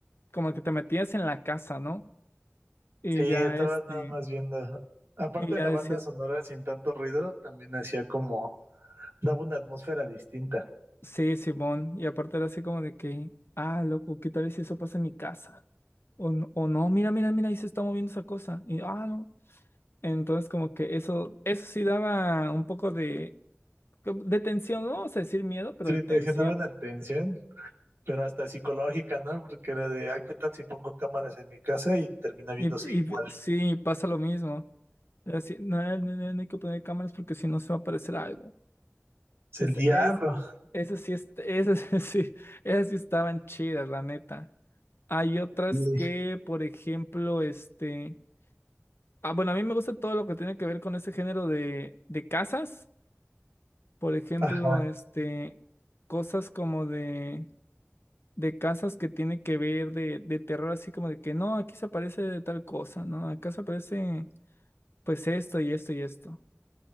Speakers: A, on the left; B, on the right.
A: como que te metías en la casa, ¿no? Y
B: sí, estabas
A: ya, este,
B: nada más viendo. Aparte
A: y ya
B: de la
A: decías.
B: banda sonora sin tanto ruido, también hacía como, daba una atmósfera distinta.
A: Sí, Simón. Y aparte era así como de que, ah, loco, ¿qué tal si eso pasa en mi casa? O, no- o no, mira, mira, mira, ahí se está moviendo esa cosa. Y, ah, no. Entonces, como que eso, eso sí daba un poco de, como de tensión, no vamos a decir miedo, pero
B: Sí,
A: de tensión.
B: te generaba una tensión, pero hasta psicológica, ¿no? Porque era de, ay, ¿qué tal si pongo cámaras en mi casa y termina viéndose
A: Y,
B: igual?
A: y sí, pasa lo mismo. Era así, no, no, no, no no hay que poner cámaras porque si no se va a aparecer algo.
B: Es
A: Es,
B: el diablo.
A: es, esas sí, es, esas <laughs> sí, esas sí estaban chidas, la neta. Hay otras
B: Sí.
A: que, por ejemplo, este. Ah, bueno, a mí me gusta todo lo que tiene que ver con ese género de, de casas. Por ejemplo,
B: Ajá,
A: este, cosas como de, de casas que tienen que ver de, de terror, así como de que no, aquí se aparece tal cosa, ¿no? Acá se aparece pues esto y esto y esto.